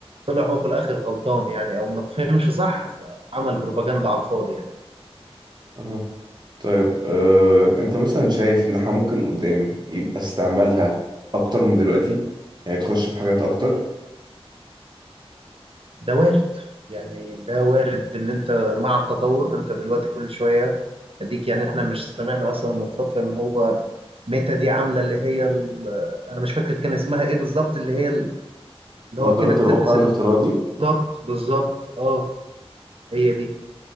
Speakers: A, on the right (about 60°); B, on the right (about 45°).
A: طلع هو في الاخر غلطان يعني او ما فهمش صح فعمل بروباجندا على الفاضي يعني
B: أها طيب أه... أنت مثلا شايف إن إحنا ممكن قدام يبقى استعمالها أكتر من دلوقتي يعني تخش في حاجات أكتر
A: ده وارد يعني ده وارد ان انت مع التطور انت دلوقتي كل شويه اديك يعني احنا مش سمعنا مثلا من فتره ان هو ميتا دي عامله اللي هي ال... انا مش فاكر كان اسمها ايه بالظبط اللي هي ال- اللي
B: نظارة
A: هو كأنك بتلبس
B: الواقع الافتراضي
A: ال- بالظبط بالظبط اه هي دي